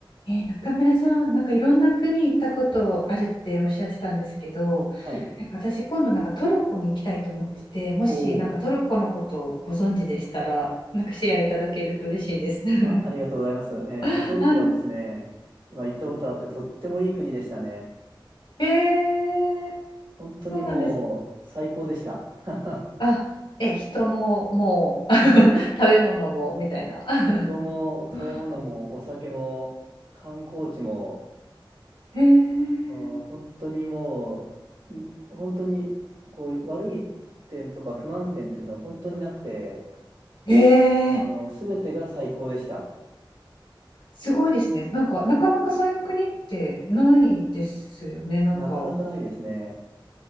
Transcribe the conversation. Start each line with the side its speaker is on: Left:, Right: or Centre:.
Left: えー中村さん、なんかいろんな国行ったことあるっておっしゃってたんですけど、
Right: はい。
Left: なんか私今度なんかトルコに行きたいと思ってて、もしなんかトルコのことをご存知でしたら、
Right: おお。
Left: なんかシェアいただけると嬉しいです。<laughs>
Right: あ、ありがとうございます。えっと、
Left: は
Right: トルコはですね、まあ、行ったことあってとってもいい国でしたね。
Left: い。えー、
Right: 本当にもう最高でした。
Left: そうなんですね。
Right: <laughs>
Left: あ、え、人ももう <laughs> 食べ物もみたいな。
Right: 人も食べ物もお酒も観光地も、
Left: <laughs> えー、
Right: う本当にもう、ん本当にこう悪い点とか不満点っていうのは本当になくて、
Left: えー、
Right: あの、すべてが最高でした。
Left: すごいですね。なんかなかなかそういう国ってないですよね。なんか。
Right: なかなかないですね。